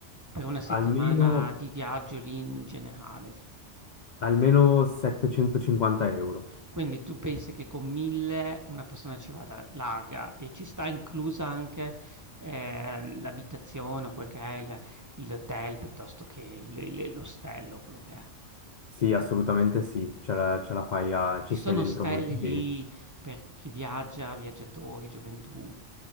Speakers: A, on the right; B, on the left.
A: per una settimana
B: almeno,
A: di viaggio lì in generale s
B: almeno 750 euro.
A: Quindi tu pensi che con 1000 una persona ci vada larga e ci sta inclusa anche ehm, l'abitazione o quel che è il- il- l'hotel piuttosto che il- il- l'ostello, quello che è.
B: Sì, assolutamente sì, ce la, ce la fai, a- ci
A: Ci sono
B: stai dentro
A: stelle
B: molto bene.
A: lì per chi viaggia, viaggiatori, gioventù.